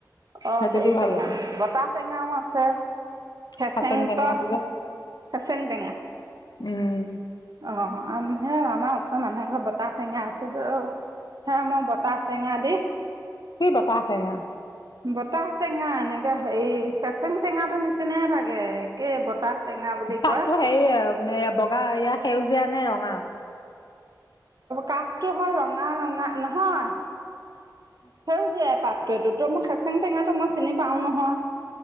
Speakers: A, on the right (about 60°); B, on the left (about 70°).
A: অ
B: সেইটো
A: হেৰি
B: দিও ভাল
A: টেঙা
B: লাগে
A: বতাহ টেঙাও আছে ফেচেং
B: খাচেং টেঙাটো
A: ক
B: যে
A: ফেচেং টেঙা
B: উম
A: আহ সেয়া আমাৰ ওচৰৰ মানুহ এঘৰ বতাহ টেঙা আছে ত সেয়া মই বতাহ টেঙা দি
B: কি বতাহ টেঙা
A: বতাহ টেঙা এনেকা হেৰি ফেচেং টেঙাটো নিচিনাই লাগে একে বতাহ টেঙা বুলি
B: পাততটো
A: কয়
B: হেৰি বগা য়া সেউজ জীয়া নে ৰঙা
A: কাষটো হ'ল ৰঙা ৰঙা নহয় সেউজীয়া পাতটো এইতো তহ মই ফেচেং টেঙাটো মই চিনি পাওঁ নহয়